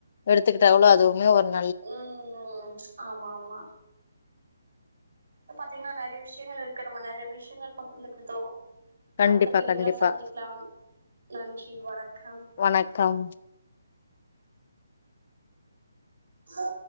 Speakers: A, on the left; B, on the right.
A: எடுத்துக்கிட்டாவ்வுல அதுவுமே வரூம்
B: ம் ஆமா ஆமா இப்ப பாத்தீங்கன்னா நெறய விஷயங்கள் இருக்கு நம்ம நெறய விஷயங்கள் பகிர்ந்துகிட்டோ
A: கண்டிப்பா
B: அடுத்த பீடிங்ல
A: கண்டிப்பா
B: சந்திக்கலாம் நன்றி வணக்கம்
A: வணக்கம்
B: ஸ்சோ